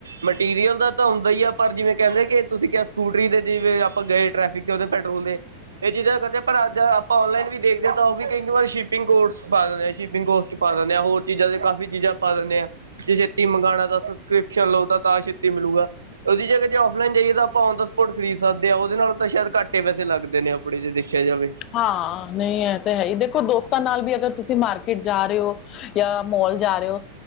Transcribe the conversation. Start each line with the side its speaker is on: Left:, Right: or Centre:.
Right: ਮਟੀਰੀਅਲ ਦਾ ਤਾ, ਹੁੰਦਾ ਹੀ ਆ ਪਰ ਜਿਵੇਂ ਕਹਿੰਦੇ ਕਿ, ਤੁਸੀਂ ਕਿਹਾ ਸਕੂਟਰੀ ਦੇ ਜਿਵੇਂ ਆਪਾਂ ਗਏ ਟ੍ਰੈਫਿਕ 'ਚ ਉਹਦੇ ਪੈਟਰੋਲ ਦੇ ਇਹ ਚੀਜ਼ਾਂ ਕਰਦੇ ਆ, ਪਰ ਅੱਜ ਆਪਾਂ ਔਨਲਾਈਨ ਵੀ ਦੇਖਦੇ ਹਾਂ, ਉਹ ਵੀ ਕਈ ਵਾਰੀ ਸ਼ਿਪਿੰਗ ਕੋਰਟਸ ਪਾ ਦਿੰਦੇ ਆ। ਸ਼ਿਪਿੰਗ ਕੋਰਟਸ ਪਾ ਦਿੰਦੇ ਹਾਂ, ਹੋਰ ਚੀਜ਼ਾਂ ਦੇ ਕਾਫ਼ੀ ਚੀਜ਼ਾਂ ਪਾ ਦਿੰਨੇ ਆਂ, ਜੇ ਛੇਤੀ ਮੰਗਾਣਾ ਤਾ ਸਸਕ੍ਰੀਪ ਚਲੋ ਤਾ ਤਾ ਛੇਤੀ ਮਿਲੂਗਾ। ਉਹਦੀ ਜਗਾ ਜੇ ਔਫਲਾਈਨ ਜਾਈਏ ਤਾਂ ਆਪਾਂ ਔਨ ਦ ਸਪੋਟ ਖਰੀਦ ਸਕਦੇ ਹਾਂ। ਉਹਦੇ ਨਾਲੋ ਤਾਂ ਸ਼ਾਇਦ ਘੱਟ ਹੀ ਪੈਸੇ ਲੱਗਦੇ ਨੇ ਥੋੜੇ ਜੇ ਦੇਖਿਆ ਜਾਵੇ।
Left: ਹਾਂ, ਨਹੀਂ ਐ ਤਾਂ ਹੈਹੀ, ਦੇਖੋ ਦੋਸਤਾਂ ਨਾਲ ਵੀ ਅਗਰ ਤੁਸੀਂ ਮਾਰਕੀਟ ਜਾ ਰਹੇ ਹੋ ਯਾ ਮੋਲ ਜਾ ਰਹੇ ਹੋ,